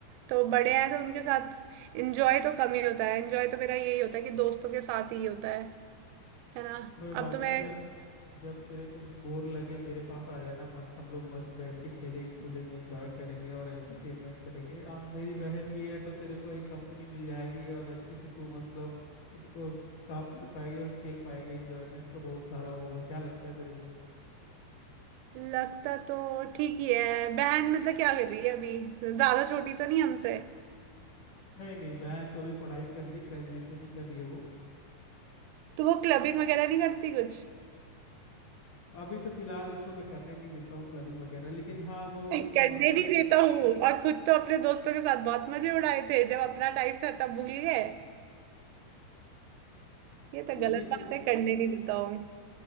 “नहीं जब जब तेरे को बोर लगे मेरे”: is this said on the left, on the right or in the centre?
Left